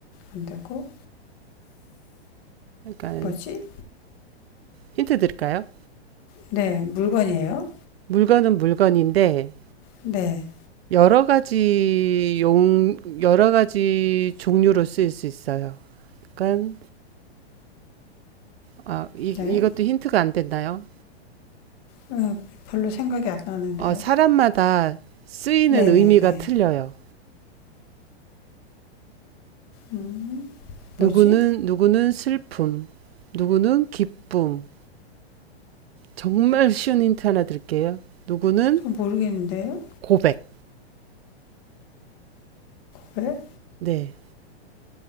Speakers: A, on the left; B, on the right.
A: 안 되고?
B: 그러니까
A: 뭐지?
B: 힌트 드릴까요?
A: 네, 물건이에요?
B: 물건은 물건인데,
A: 네,
B: 여러 가지 용, 여러 가지 종류로 쓰일 수 있어요. 그러니까, 아, 이, 이것도
A: 네.
B: 힌트가 안 됐나요?
A: 어, 별로 생각이 안 나는데요.
B: 어, 사람마다 쓰이는
A: 네,
B: 의미가
A: 네, 네.
B: 틀려요.
A: 음, 뭐지?
B: 누구는, 누구는 슬픔, 누구는 기쁨. 정말 쉬운 힌트 하나 드릴게요. 누구는
A: 좀 모르겠는데요.
B: 고백.
A: 고백?
B: 네.